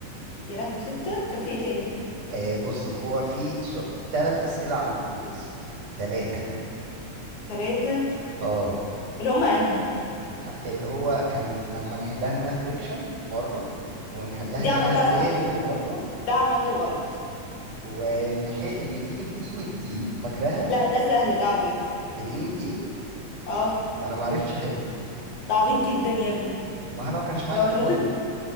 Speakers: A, on the left (about 70°); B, on the right (about 85°).
A: يا لهوي سته كان في ايه تاني
B: إيه بصي هو في سو... تلات أسئلة على البولتس تلاتة
A: ثلاثه
B: اه
A: اللي هم انهي
B: ح- اللي هو كان اما نحلها انها فريكشن مره ونحلها
A: دي
B: انها
A: عملتها
B: بيرنج
A: صح
B: مره
A: ده عملته غلط
B: ونح... نجيب الاي والدي فاكراها
A: لا ده سهل ده عبيط
B: الاي والدي
A: اه
B: انا ما عرفتش احله
A: ده عبيط جدا يا ابني
B: ما انا ما كانش معايا
A: ده
B: القانون
A: ممكن